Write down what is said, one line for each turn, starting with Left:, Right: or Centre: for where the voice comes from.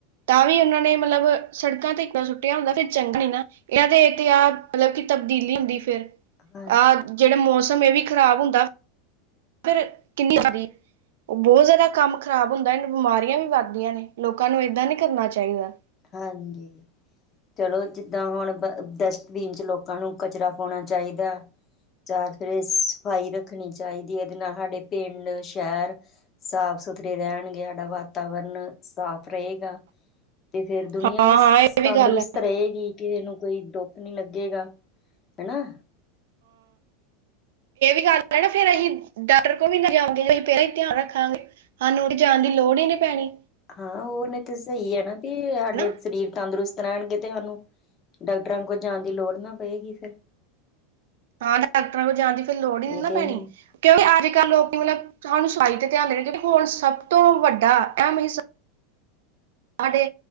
Right: ਤਾਂ ਵੀ ਉਹਨਾਂ ਨੇ ਮਤਲਬ ਸੜਕਾਂ ਤੇ ਇੱਕਾਰ ਸੁੱਟਿਆ ਹੁੰਦਾ ਫਿਰ ਚੰਗਾ ਨ ਨਾ ਇਹਨਾਂ ਦੇ ਆਹ ਮਤਲਬ ਤਬਦੀਲੀ ਹੁੰਦੀ ਫਿਰ
Left: ਹਾਂ
Right: ਆਹ ਜਿਹੜਾ ਮੌਸਮ ਇਹ ਵੀ ਖ਼ਰਾਬ ਹੁੰਦਾ ਫਿਰ ਕਿੰਨੀ ਉਹ ਬਹੁਤ ਜ਼ਿਆਦਾ ਕੰਮ ਖ਼ਰਾਬ ਹੁੰਦਾ ਦਾਂਨੂੰ ਬਿਮਾਰੀਆਂ ਵੀ ਵੱਧਦੀਆਂ ਨੇ ਲੋਕਾਂ ਨੂੰ ਏਦਾਂ ਨੀ ਕਰਨਾ ਚਾਹੀਦਾ
Left: ਹਾਂਜੀ ਚਲੋ ਜਿੱਦਾਂ ਹੁਣ ਬ ਡਸਟਬੀਨ ਚ ਲੋਕਾਂ ਨੂੰ ਕਚਰਾ ਪਾਉਣਾ ਚਾਹੀਦਾ ਚਾਰ ਫਿਰ ਸਫ਼ਾਈ ਰੱਖਣੀ ਚਾਹੀਦੀ ਇਹਦੇ ਨਾਲ ਸਾਡੇ ਪਿੰਡ ਸ਼ਹਿਰ ਸਾਫ ਸਾ ਸੁਥਰੇ ਰਹਿਣਗੇ ਸਾਡਾ ਵਾਤਾਵਰਨ ਸਾਫ਼ ਰਹੇਗਾ
Right: <inaudible>
Left: ਤੇ ਫੇਿਰ ਦੁਨੀਆਂ
Right: ਹਾਂ
Left: ਵੀ
Right: ਹਾਂ ਇਹ ਵੀ
Left: ਤੰਦਰੁਸਤ
Right: ਗੱਲ ਹੈ
Left: ਰਹੇਗੀ ਕਿਸੇ ਨੂੰ ਕੋਈ ਡੋ ਨੀ ਲੱਗੇਗਾ ਹਨਨਾ
Right: ਕਰ ਨਾ ਫੇਰ ਅਸੀਂ ਡਾਕਟਰ ਕੋਲ ਵੀ ਨਾ ਜਾਓਗੇ ਅਸੀਂ ਪਹਿਲਾਂ ਹੀ ਧਿਆਨ ਰੱਖਾਂਗੇ ਸਾਨੂੰ ਜਾਣ ਦੀ ਲੋੜ ਹੀ ਨੀ ਪੈਣੀ
Left: ਹਾਂ ਉਹਨੇ ਤੇ ਸਹੀ ਹੈ ਨਾ ਵੀ ਸਾਡੇ
Right: ਹਨਾ
Left: ਸਰੀਰ ਤੰਦਰੁਸਤ ਣਾਹਿਣਗੇ ਤੇ ਸਾਨੂੰ ਡਾਕਟਰਾਂ ਕੋਲ ਜਾਣ ਦੀ ਲੋੜ ਨਾ ਪਏਗੀ ਫਿਰ
Right: ਹਾਂ ਡਾਕਟਰਾਂ ਕੋਲ ਜਾਣ ਦੀ ਫਿਰ ਲੋੜ ਹੀ ਨ
Left: ਇਹ
Right: ਨਾ
Left: ਤੇ
Right: ਪੈਣੀ
Left: ਅਸੀਂ
Right: ਕਿਉਂਕਿ ਅੱਜ ਕੱਲ੍ਹ ਲੋਕ ਮਤਲਬ ਸਹਾਨੂੰ ਸਾਹੀ ਤੇ ਧਿਆਨ ਦੇਣਗੇਂਕ ਹੁਣ ਸਭ ਤੋਂ ਵੱਡਾ ਐਮ ਹ ਸਾਡੇ